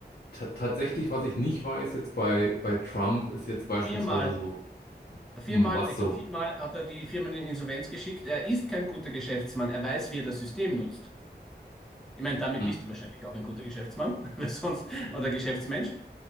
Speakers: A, on the left; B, in the centre.
A: ta- tatsächlich, was ich nicht weiß jetzt bei, bei Trump, ist jetzt beispielsweise
B: Viermal,
A: so,
B: viermal,
A: hm, was
B: ich
A: so.
B: glaube, viermal hat er die Firmen in Insolvenz geschickt. Er ist kein guter Geschäftsmann. Er weiß, wie er das System nutzt. Ich meine, damit
A: Hm,
B: bist du wahrscheinlich auch ein guter Geschäftsmann, <laughs> weil sonst, oder Geschäftsmensch.